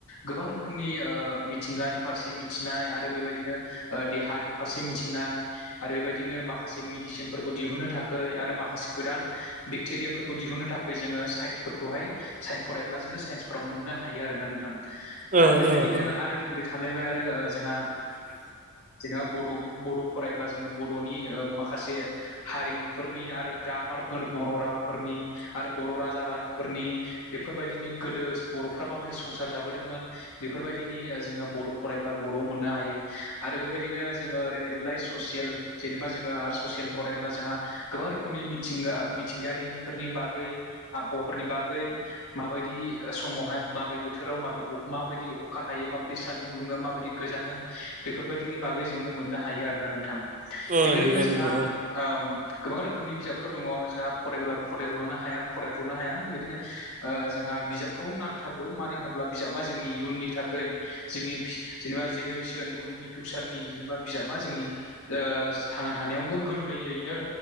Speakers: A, on the left; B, on the right.
A: गोबां रोखोमनि ओ मिथिंगानि फारसे मिथिनाय आरो बेबायदिनो ओ देहानि फारसे मिथिनाय आरो बेबायदिनो माखासे मि मिडिसिनफोरखौ दिहुननो थाखाय आरो माखासे गोदान बेक्टेरियाफोरखौ दिहुननो थाखाय जोङो साइयेन्स फोरखौहाय साइयेन्स फरायब्ला जोङो साइयेन्सफोराव मोननो हायो आरोना नोंथां।
B: ओ
A: आरो बेबायदिनो
B: ओ ओ
A: आरो ओरै थालायबाय आरो जोंहा जेनबा बडफ बड' फरायब्ला जोङो बड'नि ओ माख खासे हारिमुफोरनि आरो ग्रामारफोर बर' रावफोरनि आरो बर' राजा रानिफोरनि बेफोरबायदिनि गोदो बर'फ्रा माबायदि संसार जाबोदोंमोन। बेफोरबायदिनि जोङो बर' फरायब्ला बर'आव मोननो हायो आरो बेबायदिनो जोङो ओरैनो देलाय ससियेल जेनबा जोङो‌ आर स ससेल फायब्ला जोंहा गोबां रोखोमनि मिथिंगा मिथिंगायारनिफोरनि बागै आबहावाफोरनि बागै माबायदि समावहाय माबे बोथोराव माब माबायदि अखा हायो माबायदि सान्दुं दुङो माबायदि गोजाङो बेफोरबायदिनि बागै जोङो मोननो हायो आरोना नोंथां।
B: ओ
A: बेबायदिनो
B: नंगौ नंगौ
A: जोंहा ओ गोबां रोखोमनि बिजाबफोर दङ जोंहा फरायबाबो फरायख'नो हाया फरायखल'नो हाया बेबायदिनो जोंहा बिजाबखौ नांथारगौ मानो होनोब्ला बिजाबा जोंनि इयुननि थाखाय जोंनि जेनेबा जेनेरेसन उननि फिउचारनि जेनेबा बिजाबा जोंनि थांना थानायावबो गोरलैयैनो